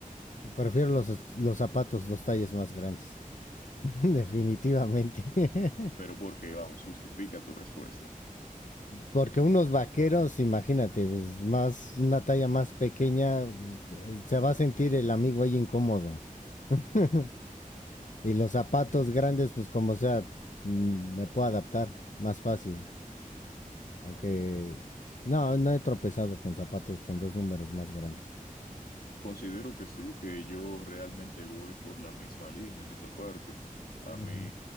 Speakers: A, on the left; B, on the left.
A: Prefiero los, los zapatos, los talles más grandes. <laughs> Definitivamente. <laughs>
B: Pero porque, vamos, justifica tu respuesta.
A: Porque unos vaqueros, imagínate, pues, más, una talla más pequeña, pues, se va a sentir el amigo ahí incómodo. <laughs> Y los zapatos grandes, pues como sea, mm, me puedo adaptar más fácil. Aunque no, no he tropezado con zapatos con dos números más grandes.
B: Considero que sí, que yo realmente voy por la misma línea en esa parte. A mí,
A: Ujú.